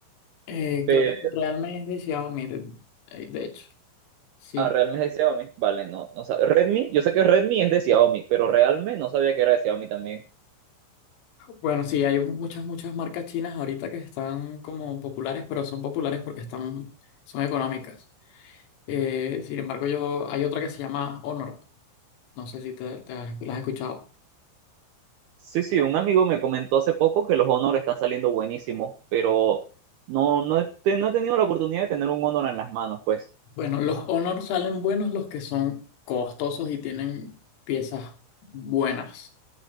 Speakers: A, on the left; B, on the right.
A: Eh,
B: Pero
A: creo que realmente es de Xiaomi, de, eh, de hecho. Sí.
B: Ah, Realme es de Xiaomi. Vale, no, no sabía. Redmi, yo sé que Redmi es de Xiaomi, pero Realme no sabía que era de Xiaomi también.
A: Bueno, sí, hay muchas, muchas marcas chinas ahorita que están como populares, pero son populares porque están, son económicas. Eh, sin embargo, yo, hay otra que se llama Honor. No sé si te, te has, la has escuchado.
B: Sí, sí, un amigo me comentó hace poco que los Honor están saliendo buenísimos, pero no, no he, te- no he tenido la oportunidad de tener un Honor en las manos, pues.
A: Bueno, los Honor salen buenos los que son costosos y tienen piezas buenas.